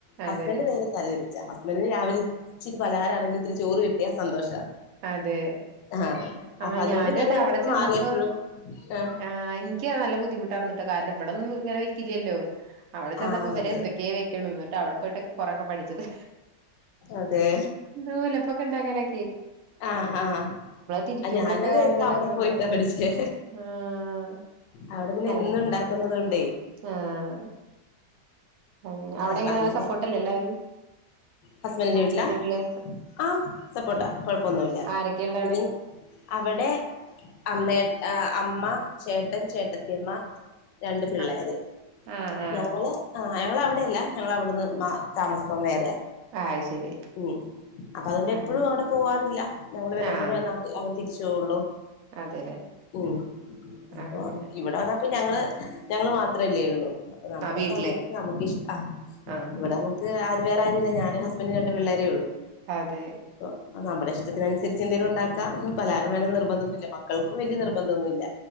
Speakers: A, on the right (about 70°); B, on the left (about 80°).
A: അതെ
B: ഹസ്ബന്റ് നേരെ തല തിരിച്ചാ ഹസ്ബൻന്റിന് രാവിലെ ഇച്ചിരി പലഹാരണെങ്കിലും ഇത്തിരി ചോറ് കിട്ടിയാ സന്തോഷാ
A: അതെ
B: ആഹ്
A: ആഹ്
B: അപ്പൊ അതുകൊണ്ട്
A: ഞാനും
B: ഞങ്ങളിപ്പോ
A: അതെ അവിടെ
B: ഇവിടെ
A: ചെന്നപ്പോ
B: മാറിയപ്പഴും ആഹ്
A: ആ ഇന്ക്ക് നല്ല ബുദ്ധിമുട്ടായിരുന്നിട്ടോ കാരണം ഇവിടെന്നും ഇങ്ങനെ വെക്കില്ലല്ലോ അവിടെ ചെന്നപ്പോ
B: ആഹ്
A: ഇവരേന്തൊക്കെയ
B: അതെ
A: വയ്ക്ക് അവിടെ പോയിട്ടോക്കെ കൊറെക്കെ പഠിച്ചത്
B: അതെ
A: നൂലപ്പോക്കെണ്ടാക്കാനൊ
B: ആഹ് ആഹ്
A: തിരിക്കുമ്പോളൊക്കെ
B: ആ ഞാനു അതെ
A: നല്ലതാക്കണല്ലോ
B: അവിടെ പോയിട്ടാ പഠിച്ചേ
A: ആഹ്
B: അവിടെ പിന്നെ
A: അല്ല
B: എന്നുണ്ടാക്കുന്നുന്നത് കൊണ്ടേ
A: ആഹ് അങ്ങനെ അവിടെങ്ങനെ
B: അപ്പൊ
A: നല്ല
B: അങ്ങനെ
A: സപ്പോർട്ടല്ലേ എല്ലാവരും
B: ഹസ്ബൻഡിന്റെ
A: ഹസ്ബൻന്റെ
B: വീട്ടിലാ
A: വീട്ടില്
B: ആഹ് സപ്പോർട്ടാ കൊഴപ്പൊന്നുല്ല
A: ആരൊക്കെയള്ള
B: പിന്നിം
A: അവിടെ
B: അവിടെ അമ്മേ അമ്മ ചേട്ടൻ ചേട്ടത്തിയമ്മ രണ്ട് പിള്ളേര്
A: ആഹ് ആഹ് ആഹ്
B: ഞങ്ങള് ആഹ് ആ ഞങ്ങള് അവിടെയല്ല ഞങ്ങൾ അവിടുന്ന് താമസം വേറെയാ
A: ആഹ് ശരി
B: ഉം അപ്പ അതുകൊണ്ട്
A: ആഹ്
B: എപ്പോഴും അവിടെ പോവാറില്ല ഞങ്ങള് വല്ലപ്പോഴും
A: ആഹ്
B: <unintelligible> തിരിച്ച് പോവുള്ളൂ
A: അതെല്ലേ
B: ഉം അപ്പൊ
A: അങ്ങനെ
B: ഇവിട അപ്പൊ ഞങ്ങള് ഞങ്ങള് മാത്രമല്ലേ ഉള്ളൂ അപ്പൊ നമ്മുടെ
A: ആഹ് വീട്ടില്
B: സൗകര്യത്തിൽ നമുക്ക് ഇഷ്ട
A: ആഹ്
B: ഇവിടെ ആര് വേറെ ആരുംല്ല ഞാനും ഹസ്ബൻറ്റുംരണ്ട് പിള്ളേരേ ഉള്ളൂ
A: അതെ
B: അപ്പൊ നമ്മുടെ ഇഷ്ടത്തിനുസരിച്ച് എന്തേലും ഉണ്ടാക്കാ പലഹാരം വേണം നിർബന്ധന്നില്ല മക്കും വലിയ നിർബന്ധം ഒന്നും മില്ല